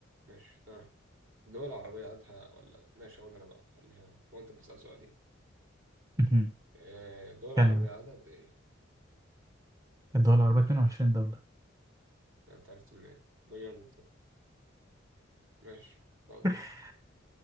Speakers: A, on the right (about 75°); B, on the right (about 15°).
A: ماشي تمام دول عربية عددها ولا ماشي أقول أنا بقى خليها هو أنت بسأل سؤالين
B: مهم.
A: آه، دول عربية
B: كان
A: عددها قد إيه؟
B: الدول العربية 22 دولة
A: لا، أنت عرفت منين؟ ده جامد ده ماشي طب
B: <laughs>